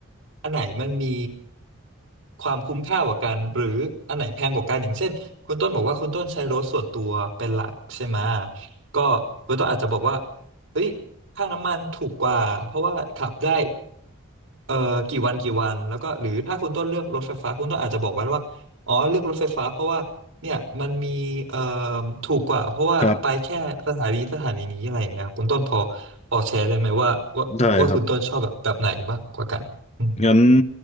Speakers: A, on the right; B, on the left.
A: อันไหนมันมีความคุ้มค่ากว่ากันหรืออันไหนแพงกว่ากันอย่างเช่นคุณต้นบอกว่าคุณต้นใช้รถส่วนตัวเป็นหลักใช่ไหมก็คุณต้นอาจจะบอกว่าเฮ้ยค่าน้ำมันถูกกว่าเพราะว่าขับได้เอ่อกี่วันกี่วันแล้วก็หรือถ้าคุณต้นเลือกรถไฟฟ้าคุณต้นอาจจะบอกไว้ว่า อ๋อเลือกรถไฟฟ้าเพราะว่าเนี่ยมันมีเอ่อถูกกว่าเพราะว่าไปแค่สถานีสถานีนี้อะไรอย่างเงี้ยครับคุณต้นพอ
B: ครับ
A: พอแชร์ได้ไหมว่าว่าว่าคุณต้นชอบแบบแบบไหนมากกว่ากันอืม
B: ได้ครับงั้น